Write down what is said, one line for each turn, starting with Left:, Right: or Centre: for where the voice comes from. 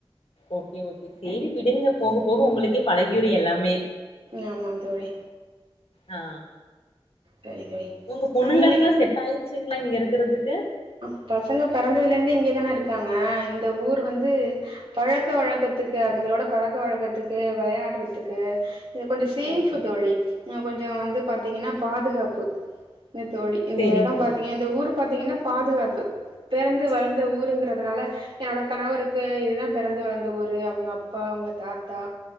Left: ஓகே ஓகே சேரி விடுங்க போக போக உங்களுக்கே பழகியிரு எல்லாமே
Right: ஆமா தோழி
Left: ஆ
Right: சரி தோழி.
Left: உங்க பொண்ணுங்களுக்லா
Right: அஹ் நீங்க
Left: செட் ஆயிர்ச்சிங்களா இங்க இருக்குறதுக்கு
Right: அ பசங்க பெறந்ததுல இருந்தே இங்கதான இருக்காங்க இந்த ஊர் வந்து பழக்க வழக்கத்துக்கு அதுங்களோட பழக்க வழக்கத்துக்கு விளையாடுறதுக்கு இது கொஞ்சோ சேஃப்
Left: ஓகே
Right: தோழி
Left: ஓகே
Right: கொஞ்சோ வந்து பாத்தீங்கனா பாதுகாப்பு இந்த தோழி இந்த
Left: சேரிங்
Right: இடம்
Left: சேரிங்
Right: பாத்தீங்க இந்த ஊரு பாத்தீங்கனா பாதுகாப்பு பெறந்து வளர்ந்த ஊருங்கிறதுனால என்னோட கணவருக்கு இதுதா பெறந்து வளர்ந்த ஊரு அவுங்க அப்பா அவுங்க தாத்தா